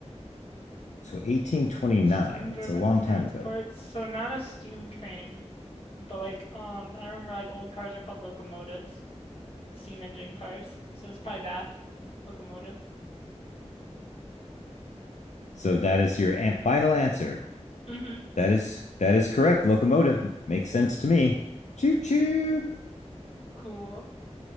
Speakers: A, on the left; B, on the left.
A: So 1829,
B: Steam-driven
A: that's a long
B: transports.
A: time ago.
B: So not a steam train, but like um I remember like old cars are called locomotives. steam engine cars. So it's probably that locomotive.
A: So that is your an- final answer.
B: hmm
A: That is that is correct. Locomotive makes sense to me. Choo choo.
B: Cool.